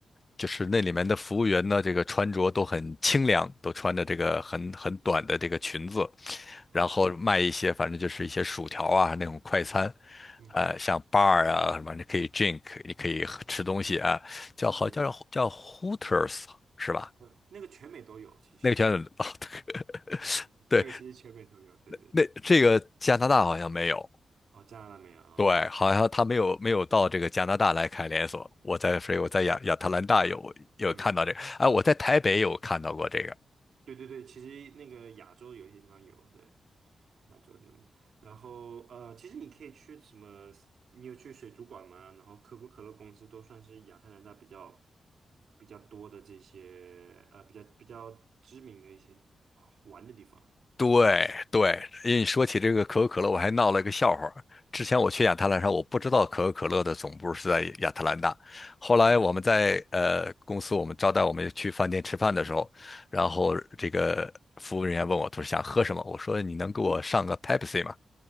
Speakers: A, on the left; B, on the right.
A: 就是那里面的服务员呢，这个穿着都很清凉，都穿着这个很很短的这个裙子，
B: 哦，
A: 然后卖一些反正就是一些薯条啊那种快餐，
B: 嗯哼，
A: 呃，像 bar 啊什么，你可以 drink，你可以喝吃东西啊，叫好叫叫
B: 是，
A: Hooters 是吧？
B: 呃那个全美都有，其实
A: 那个拳啊，<laughs>
B: <laughs>
A: 对，
B: 那个其实全美都有。对对对，
A: 那这个加拿大好像没有，
B: 哦，加拿大没有，哦
A: 对，好像他没有没有到这个加拿大来开连锁。我在，所以我在亚亚特兰大有有看到这个，
B: 是，嗯。
A: 哎，我在台北有看到过这个，
B: 对对对，其实那个亚洲有一些地方有，对，亚洲地方有。然后呃，其实你可以去什么？你有去水族馆吗？然后可口可乐公司都算是亚特兰大比较比较多的这些呃比较比较知名的一些好玩的地方。
A: 对对，
B: 嗯
A: 因为你说起这个可口可乐，我还闹了一个笑话儿之前我去亚特兰大，我不知道可口可乐的总部是在亚特兰大。后来我们在呃公司，
B: 啊，
A: 我们招待我们去饭店吃饭的时候，然后这个服务人员问我，他说想喝什么？我说你能给我上个 Pepsi 吗？